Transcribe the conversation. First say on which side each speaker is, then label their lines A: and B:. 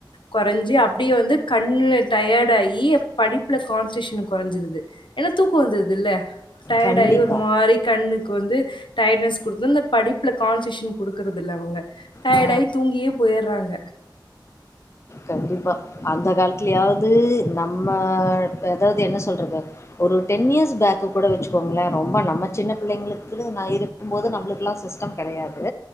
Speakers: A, on the left; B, on the left.
A: கொறஞ்சு அப்டியே வந்து கண்ணு டயர்ட் ஆயி ப படிப்புல கான்ச்ஷேஷன் கொறஞ்சுருது ஏன தூக் க வந்ருது இல்ல டயர்ட்
B: கண்டிப்பா
A: ஆகி ஒரு மாரி கண்ணுக்கு வந்து டயர்ட்னஸ் குடுத்து அந்த படிப் டிப்ல கான்சஷன் குடுக்குறதில்ல அவுங்க டயர்டாயி
B: ஆ,
A: தூங்கியே போயர்றாங்க
B: கண்டிப்பா அந்த காலத்துலயாவ்து நம்ம எதாவுது என்ன சொல்றது ஒரு டென் இயர்ஸ் பேக்கு கூட வச்சுக்கோங்களே ரொம்ப நம்ம சின்ன பிள்ளைங்களுக்கு நா இருக்கும் போது நம்முளுக்குலா சிஸ்டம் லா கெடையாது